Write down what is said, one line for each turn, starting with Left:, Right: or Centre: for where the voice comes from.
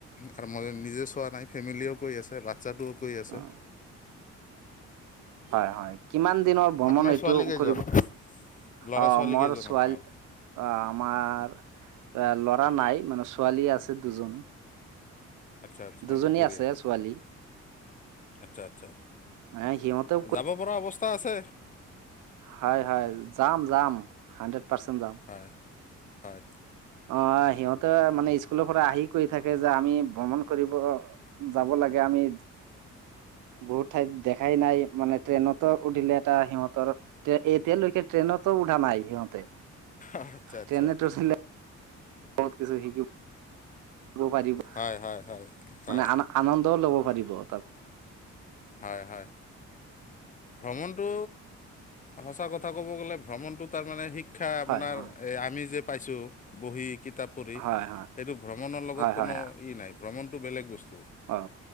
Left: আৰু মই নিজে চোৱা নাই ফেমিলীয়েও আছে বাচ্ছাটোও কৈ আছে।
Right: উম হয়- হয় কিমান দিনৰ ভ্ৰমণ
Left: আপোনাৰ
Right: এইটো
Left: ছোৱালী কেইজন
Right: কৰিব।
Left: ল'ৰা
Right: অ'
Left: ছোৱালী
Right: মোৰ
Left: কেইজন
Right: ছোৱালী
Left: আপোনাৰ
Right: অ' আমাৰ এ ল'ৰা নাই মানে ছোৱালী আছে দুজন।
Left: আচ্ছা আচ্ছা
Right: দুজনী
Left: বঢ়িয়া
Right: আছে ছোৱালী।
Left: আচ্ছা- আচ্ছা,
Right: এ সিহঁতেও
Left: যাব পৰা অৱস্থা আছে।
Right: হয়- হয় যাম- যাম, হানড্ৰেড পাৰ্চেণ্ যাম।
Left: হয় হয়।
Right: অ' সিহঁতে মানে স্কুলৰ পৰা আহি কৈ থাকে যে আমি ভ্ৰমণ কৰিব যাব লাগে আমি।
Left: <inaudible>
Right: বহুত ঠাইত দেখাই নাই। মানে ট্ৰেইনতো উঠিলে এটা সিহঁতৰ এতিয়ালৈকে ট্ৰেইনতো উঠা নাই সিহঁতে।
Left: আচ্ছা-আচ্ছা।
Right: ট্ৰেইনেত ৰচিলে বহুত কিছু শিকি ব পাৰিব
Left: হয় হয় হয় হয়
Right: মানে আ-আনন্দও ল'ব পাৰিব তাত।
Left: হয়- হয়। ভ্ৰমণটো সঁচা কথা ক'ব গ'লে ভ্ৰমণটো তাৰ মানে শি ক্ষা আপোনাৰ
Right: হয় হয়
Left: এই আমি যে পাইছোঁ বহি কিতাপ পঢ়ি সেইটো
Right: হয়
Left: ভ্ৰমণৰ লগত
Right: হয় হয়
Left: কোনো
Right: হয়
Left: ই নাই ভ্ৰমণটো বেলেগ বস্তু।
Right: অ'।